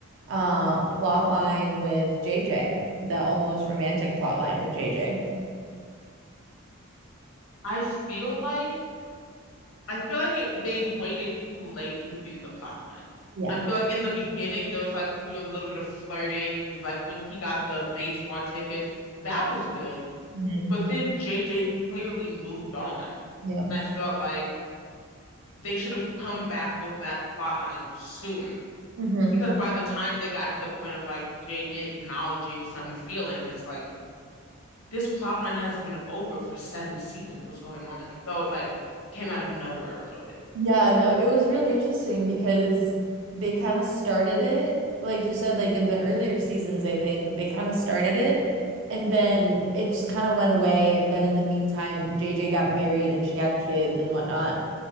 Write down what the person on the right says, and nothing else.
uh plot line with JJ? The almost romantic plot line with JJ.
Yeah.
hmm
Yeah.
hmm
Yeah, no, it was really interesting because they kind of started it, like you said, like in the earlier seasons, I think they kind of started it and then it just kind of went away. And then in the meantime, JJ got married and she had kids and whatnot.